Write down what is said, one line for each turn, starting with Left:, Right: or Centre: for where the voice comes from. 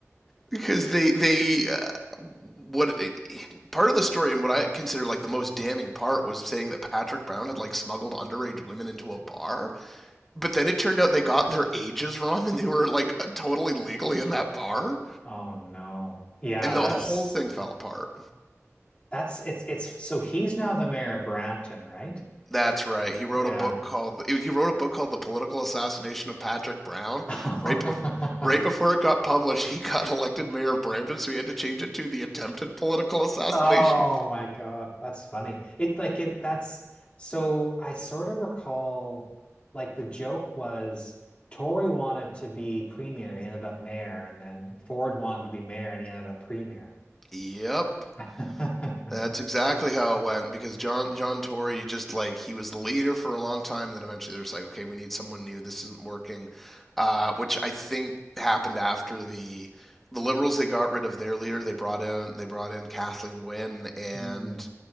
Centre: because they they uh, what it, part of the story and what I consider like the most damning part was saying that Patrick Brown had like smuggled underage women into a bar, but then it turned out they got their ages wrong and they were like totally legally in that bar,
Left: Oh no. Yeah,
Centre: and
Left: that's
Centre: the the whole thing fell apart.
Left: that's it's it's so he's now the mayor of Brampton, right?
Centre: That's right. He wrote
Left: Yeah.
Centre: a book called he wrote a book called The Political Assassination of Patrick Brown.
Left: <laughs>
Centre: Right before right before it got published, he got elected mayor of Brampton, so he had to change it to The Attempted Political Assassination
Left: Oh
Centre: of. Pat-"
Left: my God. That's funny. It like it that's so I sort of recall like the joke was Tory wanted to be premier, he ended up mayor, and then Ford wanted to be mayor and he ended up premier.
Centre: Yep.
Left: <laughs>
Centre: That's exactly how it went because John John Tory just like he was the leader for a long time, and then eventually they're just like, okay, we need someone new. This isn't working, uh, which I think happened after the the Liberals. They got rid of their leader. They brought in they brought in Kathleen Wynne, and
Left: Mm,